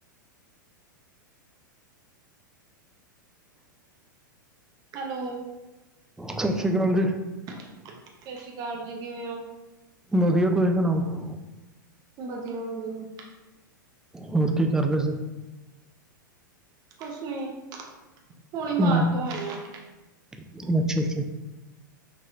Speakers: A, on the right; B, in the centre.
A: ਹੈਲੋ,
B: ਸਤਿ ਸ੍ਰੀ ਅਕਾਲ ਜੀ।
A: ਸਤਿ ਸ੍ਰੀ ਅਕਾਲ ਜੀ ਕਿਵੇਂ ਹੋ?
B: ਵਧੀਆ ਤੁਸੀ ਸੁਣਾਓ।
A: ਵਧੀਆ ਵਧੀਆ।
B: ਹੋਰ ਕੀ ਕਰਦੇ ਸੀ।
A: ਕੁਛ ਨੀ। ਹੁਣੇ
B: ਹਮ
A: ਬਾਹਰ ਤੋਂ ਆਈ ਆ।
B: ਅੱਛਾ ਅੱਛਾ।